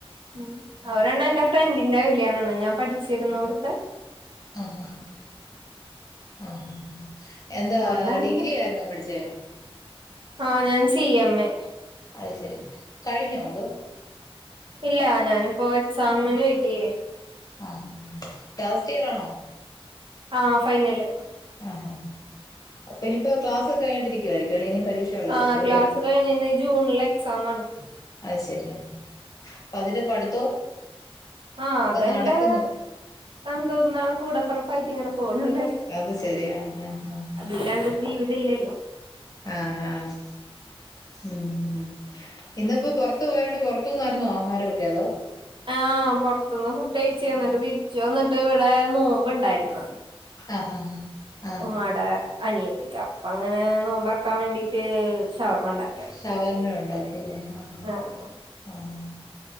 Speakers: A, on the right; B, on the left.
A: ഉം ഒരെണ്ണം എൻറെ ഫ്രണ്ടിന്റെ കല്യാണന്ന് ഞാൻ പഠിച്ചിരുന്നോട്ത്തെ
B: ആഹ് ആഹ് എന്താ
A: ഒന്നെന്റെ
B: ഡിഗ്രി ആയിരുന്നു പഠിച്ചേ.
A: ആഹ് ഞാൻ സി എം മ്മ്.
B: അയ് ശെരി കഴിഞ്ഞോ. അതോ
A: ഇല്ല ഞാനിപ്പോ എക്സാമിന് വെയിറ്റെയ്യാ.
B: ആഹ് ലാസ്റ്റ് ഇയറാണോ?
A: ആഹ് ഫൈനല്.
B: ആഹാ അപ്പൊ ഇനിപ്പൊ ക്ലാസ് കഴിഞ്ഞിട്ടിരിക്കുവായിരിക്കൊല്ലെ ഇനിം പരീക്ഷ ഉള്ളായിരിക്കും
A: ആഹ്
B: അല്ലെ
A: ക്ലാസ് കഴിഞ്ഞ്‌ ഇഞ് ജൂൺല് എക്സാം ആണ്.
B: അത് ശരി ആഹ് പ്പതിന്റെ പഠിത്തോ
A: ആ
B: ക്കെ
A: അതെന്റെ
B: നടക്കുന്നു.
A: എന്തോന്നാണ് കൂടെപ്പറപ്പായിട്ട്ങ്ങനെ പോണ്‌ണ്ട്.
B: അത് ശരിയാ ആഹ് ആഹ്
A: ഇല്ലാണ്ടൊര് ജീവിത ഇല്ലല്ലോ.
B: ആഹ് ആഹ് ഉം ഇന്ന്പ്പൊ പൊർത്ത് പോയോണ്ട് പൊർത്തൂന്നായിര്ന്നോ ആഹാരക്കെ അതോ.
A: ആഹ് പൊർത്ത്ന്ന് ഫുഡഴ്ച്ച് ന്നട്ട് തിര്ച്ചു വന്നിട്ട് ഇവിടെ നോമ്പ്ണ്ടായിര്ന്ന്.
B: ആഹ് ആഹ് ആഹ്
A: ഉമ്മാടെ അനിയത്തിക്ക് അപ്പങ്ങനെ നോമ്പർക്കാൻ വേണ്ടിട്ട് ഷവർമണ്ടാ
B: ഷവർമ്മ ഉണ്ടാക്കിയല്ലേ ആഹ്
A: ആഹ്
B: ആഹ്